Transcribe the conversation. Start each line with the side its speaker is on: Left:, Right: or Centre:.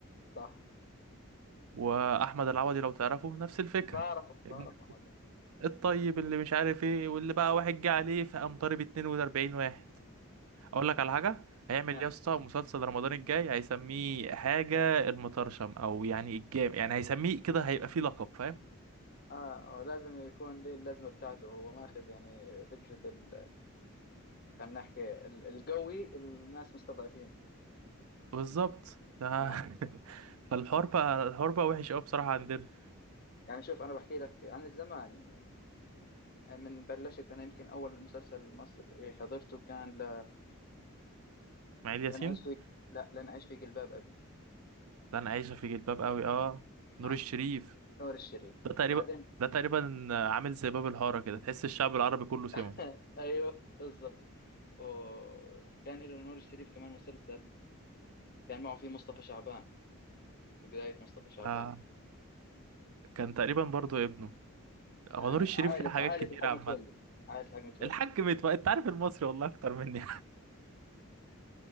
Left: صح
Right: واحمد العوضي لو تعرفه نفس الفكرة
Left: بعرفه بعرفه
Right: ابن
Left: أحمد عمرو.
Right: الطيب اللي مش عارف ايه واللي بقى واحد جه عليه فقام ضارب 42 واحد اقول لك على حاجه هيعمل
Left: آه.
Right: إيه يا اسطى
Left: <laughs>
Right: مسلسل رمضان الجاي هيسميه حاجه المطرشم او يعني الجام يعني هيسميه كده هيبقى فيه لقب فاهم
Left: اه آه، لازم يكون ليه اللازمه بتاعته هو ماخذ يعني فكره ال... خلينا نحكي ال- القوي الناس مستضعفينه
Right: بالظبط ده <laughs>
Left: اه
Right: فالحوار بقى الحوار بقى وحش قوي بصراحه عندنا
Left: يعني شوف انا بحكي لك عن الزمان يعني من بلشت انا يمكن اول مسلسل مصري حضرته كان ل...
Right: اسماعيل ياسين
Left: لن اعيش في لا لن اعيش في جلباب ابي
Right: ده انا عايشه في جلباب قوي اه نور
Left: اه
Right: الشريف
Left: نور الشريف
Right: ده تقريبا
Left: وبعدين
Right: ده تقريبا عامل زي باب الحاره كده تحس الشعب العربي كله
Left: <laughs>
Right: سمعه
Left: ايوه بالضبط وكان له نور الشريف كمان مسلسل كان معه فيه مصطفى شعبان في بدايه مصطفى شعبان
Right: آه كان تقريبا برضو ابنه هو
Left: آه
Right: نور الشريف
Left: عائله
Right: ليه حاجات
Left: عائله
Right: كتير
Left: الحاج
Right: عامه
Left: متولي عائله الحاج متولي
Right: الحاج متولي انت عارف المصري والله اكتر مني